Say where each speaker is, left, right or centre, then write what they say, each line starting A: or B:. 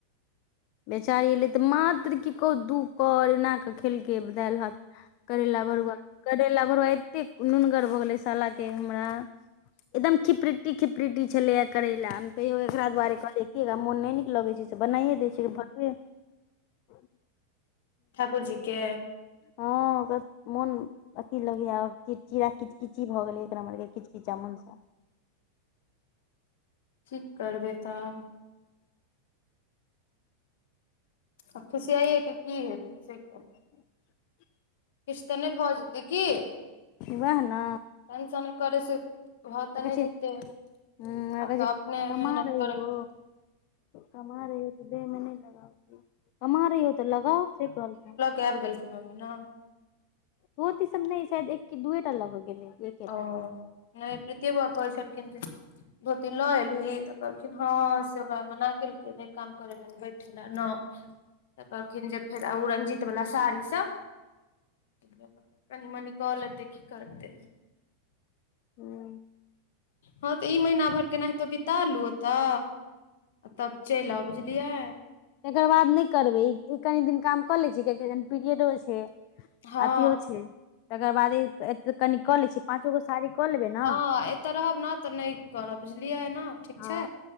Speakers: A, on the left (about 55°); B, on the left (about 70°).
A: बेचारी अयलै तऽ मात्र की कहू दू कर एना कऽ खेलकै कऽ दालि भात करैला भरुआ करैला भरुआ एतेक नुनगर भऽ गेलै सालाके हमरा एकदम खिपरीटी खिपरीटी छलै करेला में तैयो एकरा दुआरे कहलिए कि मन नइ नीक लगे छै से बनाइए दै छय भे <unintelligible>
B: ठाकुर जी के
A: हँ ओकर मोन अथी लगै चिड़ चिड़ा किचकिची भऽ गेलै एक नम्बर के किचकिचा मनसा
B: ठीक करबै तब आ फुशियाइएके की हेतै से कहू
A: ह <unintelligible>
B: किछ तऽ नइ भऽ जेतै की
A: वएह न
B: टेंसन करे से भऽ तऽ नहि
A: छै
B: जीते
A: हूँ हमरा
B: आब
A: कहै
B: तऽ
A: छै
B: अपने
A: कमा
B: मेहनत
A: रही
B: करे
A: हो
B: पड़त
A: कमा रही हो त दे मे नै लगा कमा रही हो तऽ लगाओ से कहलत
B: कय मम्मी न
A: धोति सब नहि शायद एक की दूए टा लऽक गेलै एकेटा
B: ओ नहि प्रीति बुआ कहै छलखिन जे धोती लऽ एलही तऽ कहलखिन हँ से ओका मना केलखिन कऽ नइ काम करेलाऽ बैठेला न तऽ कहलखिन जे फेर ओ रंजित वला साड़ी सब कनि मनी क लेतै की करतै
A: हूँ
B: हँ तऽ ई महीना भर केनाहितो बिता लू ओतऽ तब चलि आउ बुझलियायै
A: एकर बाद नहि करबैे ई कनी दिन काम कऽ लै छै कियेकि पीरियडो छै
B: हँ
A: अथियो छै तकर बाद कनि कऽ लै छि पाँचो गो साड़ी कऽ लेबै ने
B: हँ एतऽ रहब न तऽ नइ करबऽ बुझलियै एना ठीक
A: हँ
B: छै